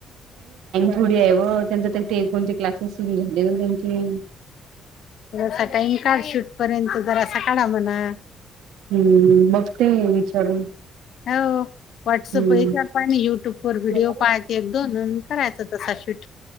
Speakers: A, on the right (about 85°); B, on the left (about 65°).
A: कुडी आहे व त्यांचा ते कोणते क्लासेस सुरू झाले त्यांचे
B: थोडा सा टाईम काढ शूट पर्यंत जर असा काढा म्हणा.
A: हम्म बघते विचारून
B: हो व्हॉटसअप
A: हम्म
B: पा युट्यूब व व्हिडिओ
A: हम्म
B: पाय एक दोन अन् करायचं तसा शूट